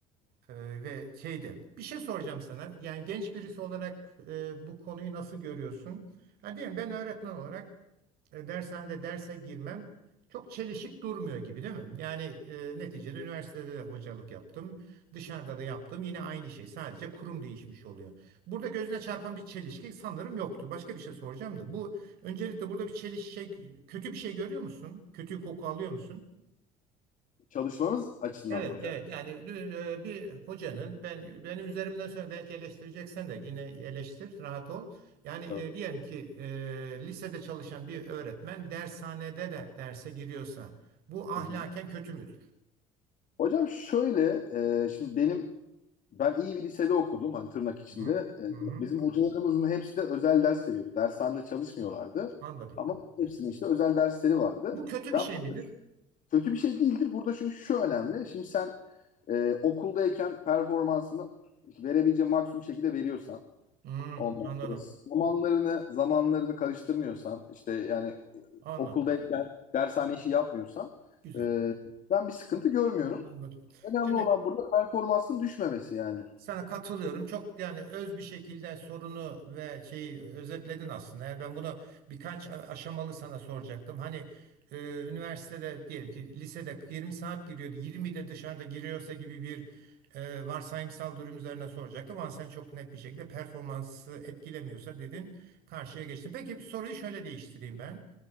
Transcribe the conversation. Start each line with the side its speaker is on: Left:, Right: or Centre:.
Right: Ee, ve şeyde bir şey soracağım sana. Yani genç birisi olarak e, bu konuyu nasıl görüyorsun? Ha, diyelim ben öğretmen olarak e, dershanede derse girmem çok çelişik durmuyor gibi değil mi? Yani e, neticede üniversitede de hocalık yaptım. Dışarıda da yaptım. Yine aynı şey. Sadece kurum değişmiş oluyor. Burada gözüne çarpan bir çelişki sanırım yoktur. Başka bir şey soracağım da. Bu öncelikle burada bir çelişki kötü bir şey görüyor musun? Kötü koku alıyor musun?
Left: Çalışmanız açısından
Right: Evet,
Left: mı hocam?
Right: evet. Yani e, bir hocanın ben benim üzerimden sonra belki eleştireceksen de yine eleştir, rahat ol. Yani e,
Left: Evet.
Right: diyelim ki e, lisede çalışan bir öğretmen dershanede de derse giriyorsa bu ahlaken
Left: Hı hı.
Right: kötü müdür?
Left: Hocam şöyle, e, şimdi benim Ben iyi bir lisede okudum hani tırnak içinde.
Right: Hı,
Left: Ee,
Right: hı,
Left: Bizim hocalarımızın hepsi de özel ders veriyordu. Dershanede çalışmıyorlardı.
Right: Anladım.
Left: Ama hepsinin işte özel dersleri vardı.
Right: Bu kötü
Left: Ben
Right: bir şey
Left: burada
Right: midir?
Left: kötü bir şey değildir. Burada çünkü şu önemli. Şimdi sen e, okuldayken performansını verebileceğin maksimum şekilde veriyorsan
Right: Hı,
Left: ondan
Right: anladım.
Left: sonra zamanlarını zamanlarını karıştırmıyorsan işte yani
Right: Anladım.
Left: okuldayken dershane işi yapmıyorsan
Right: Güzel.
Left: e, ben bir sıkıntı görmüyorum.
Right: Anladım.
Left: Önemli
Right: Şimdi
Left: olan burada performansın düşmemesi yani.
Right: Sana katılıyorum. Çok yani öz bir şekilde sorunu ve şeyi özetledin aslında. Yani ben bunu birkaç a- aşamalı sana soracaktım. Hani e, üniversitede diyelim ki lisede 20 saat giriyordu. 20 de dışarıda giriyorsa gibi bir e, varsayımsal durum üzerine soracaktım. Ama sen çok net bir şekilde performansı etkilemiyorsa dedin karşıya geçtin. Peki bir soruyu şöyle değiştireyim ben.